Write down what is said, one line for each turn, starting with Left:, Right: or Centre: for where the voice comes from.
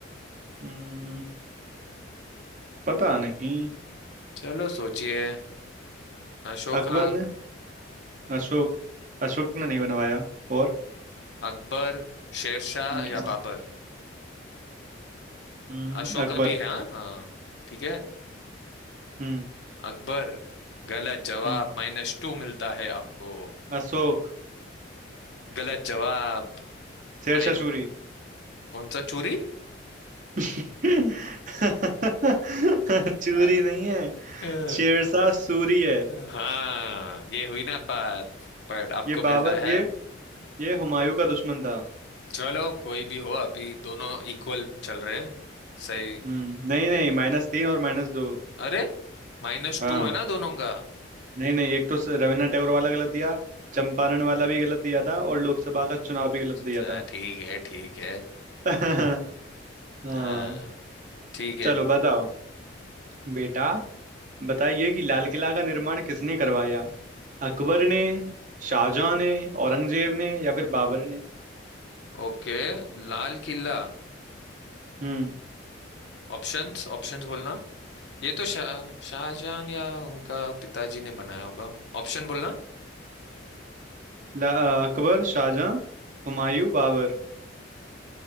Right: हम्म पता नहीं
Left: चलो सोचिए अशोका
Right: अकबर ने अशोक अशोक ने नहीं बनवाया और
Left: अकबर शेरशाह
Right: हम्म
Left: या
Right: और-
Left: बाबर
Right: हम्म,
Left: अशोका
Right: अकबर
Left: भी है हाँ हाँ ठीक है
Right: हम्म
Left: अकबर गलत जवाब
Right: हम्म
Left: माइनस टू मिलता है आपको
Right: अशोक
Left: गलत जवाब
Right: शेरशाह
Left: माइन
Right: सूरी
Left: कौन सा चूरी
Right: <laughs> चूरी
Left: आ,
Right: नहीं है
Left: अ,
Right: शेरशाह सूरी है
Left: हाँ ये हुई ना बात पर आपको
Right: ये
Left: मिलता
Right: बाबर
Left: है
Right: ये ये हुमायूं का दुश्मन था
Left: चलो कोई भी हो अभी दोनों इक्वल चल रहे हैं सही
Right: हम्म नहीं नहीं माइनस तीन और माइनस दो
Left: अरे माइनस
Right: हाँ
Left: टू है ना दोनों का
Right: नहीं नहीं एक तो स- रविन्द्रनाथ टैगोर वाला गलत दिया चंपारण वाला भी गलत दिया था और लोकसभा का चुनाव भी गलत
Left: अच्छा,
Right: दिया था
Left: ठीक है ठीक है
Right: <laughs> हाँ
Left: हाँ, ठीक है
Right: चलो बताओ बेटा बताइए कि लाल किला का निर्माण किसने करवाया अकबर ने शाहजहां ने औरंगजेब ने या फिर बाबर ने
Left: Okay Lal Qila
Right: हम्म
Left: Options options बोलना ये तो शाह शाहजहां या उनका पिताजी ने बनाया होगा ऑप्शन बोलना
Right: ला- अ, अकबर शाहजहां हुमायूं बाबर